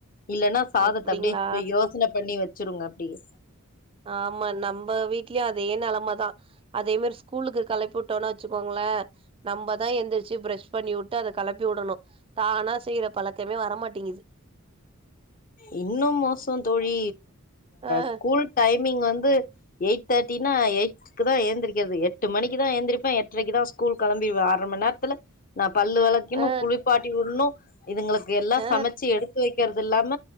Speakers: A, on the left; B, on the right.
A: இல்லைன்னா சாதத்த
B: அப்டிங்களா
A: அப்படியே இப்ப யோ ச்சன பண்ணி வெச்சுருங்க அப்படியே
B: ஆமா நம்ப வீட்லயு அதே நிலைமைதா அதே மாரி ஸ்கூலுக்கு களப்பி விட்டோனா வெச்சுக்கோங்களே நம்மதான் எந்திரிச்சு பிரரஷ் பண்ணி விட்டு அதை கிளப்பி விடணு தானா செய்யிற பழக்கமே வரமாட்டிங்குது
A: இன்னு மோசோ தோழி
B: ஆ
A: ஸ்கூல் டைமிங் வந்து எயிட் தேர்ட்டினா எயிட் க்குதான் ஏந்திக்கிறது எட்டு மணிக்குதா ஏந்திரிப்பா எட்ரைக்கு தா ஸ்கூல் கெளம்பிருவா அரை மண் நேரத்துல நா பல்லு வளக்கணு
B: ஆ
A: குளிப்பாட்டி விடணு இதுங்களுக்கு எல்லாம்
B: ஆ
A: சமைச்சு எடுத்து வைக்கறது இல்லாம